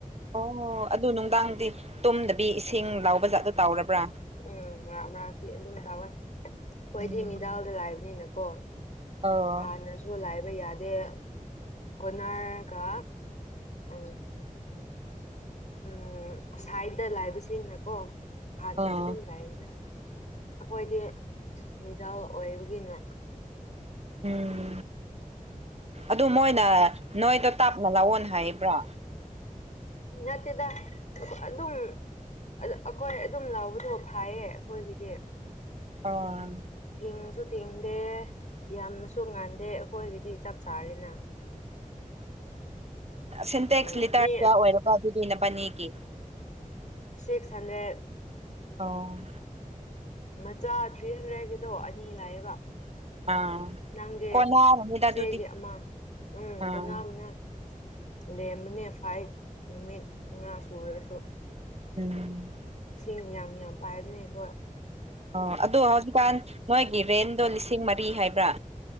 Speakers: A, on the right; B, on the left.
A: ꯑꯣ ꯑꯗꯨ ꯅꯨꯡꯗꯥꯡꯗꯤ ꯇꯨꯝꯗꯕꯤ ꯏꯁꯤꯡ ꯂꯥꯎꯕ ꯖꯥꯠꯇꯣ ꯇꯥꯎꯔꯕ꯭ꯔꯥ
B: ꯎꯝ ꯃꯔꯛ ꯃꯔꯛꯇꯤ ꯑꯗꯨꯝ ꯇꯥꯑꯣꯏ ꯑꯩꯣꯏꯗꯤ
A: ꯎꯝ
B: ꯃꯤꯗꯥꯜꯗ ꯂꯥꯏꯕꯅꯤꯅꯀꯣ
A: ꯑꯣ
B: ꯍꯥꯟꯅꯁꯨ ꯂꯥꯏꯕ ꯌꯥꯗꯦ ꯀꯔꯅꯥꯀꯥ ꯑ ꯎꯝ ꯁꯥꯏꯗ ꯂꯥꯏꯕꯁꯅꯤꯀꯣ ꯍꯥꯟꯅ
A: ꯑꯣ
B: ꯑꯗꯨꯝ ꯂꯥꯏꯅ ꯑꯩꯈꯣꯏꯗꯤ ꯃꯤꯗꯥꯜ ꯑꯣꯏꯕꯒꯤꯅꯣ
A: ꯎꯝ ꯑꯗꯨ ꯃꯣꯏꯅ ꯅꯣꯏꯗꯣ ꯇꯥꯞꯅ ꯂꯥꯛꯑꯣꯅ ꯍꯥꯏꯕ꯭ꯔꯣ
B: ꯅꯠꯇꯦꯗ ꯑꯗꯨꯝ ꯑꯗꯨ ꯑꯩꯈꯣꯏ ꯑꯗꯨꯝ ꯂꯕꯗꯣ ꯐꯥꯏꯌꯦ ꯑꯩꯈꯣꯏꯒꯤꯗꯤ
A: ꯑꯣ
B: ꯊꯤꯡꯁꯨ ꯊꯤꯡꯗꯦ ꯌꯥꯝꯁꯨ ꯉꯥꯟꯗꯦ ꯑꯩꯈꯣꯏꯒꯤꯗꯤ ꯆꯞ ꯆꯥꯔꯦꯅ
A: ꯁꯤꯟꯇꯦꯛꯁ
B: ꯎꯝ
A: ꯂꯤꯇꯔ
B: ꯃꯤ
A: ꯀꯌꯥ ꯑꯣꯏꯔꯒ ꯑꯗꯨꯗꯤ ꯅꯕꯅꯦꯒꯤ
B: ꯁꯤꯛꯁ ꯍꯟꯗ꯭ꯔꯦꯠ
A: ꯑꯣ
B: ꯃꯆꯥ ꯊ꯭ꯔꯤ ꯍꯟꯗ꯭ꯔꯦꯠꯀꯤꯗꯣ ꯑꯅꯤ ꯂꯥꯛꯑꯦꯕ
A: ꯑꯥ
B: ꯅꯪꯗꯤ
A: ꯀꯣꯟꯅꯔꯅꯤꯗ
B: ꯆꯤꯆꯦꯒꯤ
A: ꯑꯗꯨꯗꯤ
B: ꯑꯃ ꯎꯝ
A: ꯑꯥ
B: ꯀꯣꯟꯅꯕꯅꯤ ꯂꯦꯝꯕꯅꯦ ꯐꯥꯏꯚ ꯅꯨꯃꯤꯠ ꯃꯉꯥ ꯁꯨꯔꯁꯨ
A: ꯎꯝ
B: ꯁꯤꯡ ꯌꯥꯝ ꯌꯥꯝ ꯄꯥꯏꯕꯅꯦ ꯑꯈꯣꯏ
A: ꯑꯣ ꯑꯗꯣ ꯍꯧꯖꯤꯛꯀꯥꯟ ꯅꯣꯏꯒꯤ ꯔꯦꯟꯗꯣ ꯂꯤꯁꯤꯡ ꯃꯔꯤ ꯍꯥꯏꯕ꯭ꯔꯥ